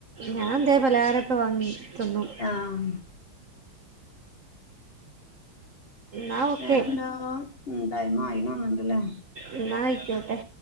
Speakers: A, on the right; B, on the left.
A: ഞാൻതെലും പലഹാരൊക്ക വാങ്ങി തിന്നു
B: ആഹ്
A: എന്നാ ഓക്കെ
B: വേറെന്താ ഉം ടൈമായി ആയിന്ന് തോന്ന്ണ്ട്ലെ
A: ഇന്ന അയ്ക്കോട്ടെ